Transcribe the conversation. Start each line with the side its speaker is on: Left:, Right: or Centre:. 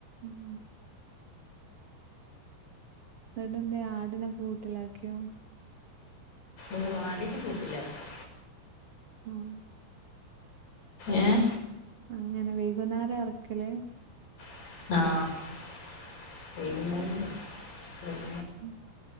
Right: ഉം നടെന്ത ആടിനൊ കൂട്ടിലാക്കിയോ
Left: ഓ ആടിനെ കൂട്ടിലാക്കി
Right: ആഹ്
Left: ഏഹ്
Right: അങ്ങനെ വൈകുന്നേരം അറക്കല്
Left: ആഹ്ആ
Right: ഉംഹ്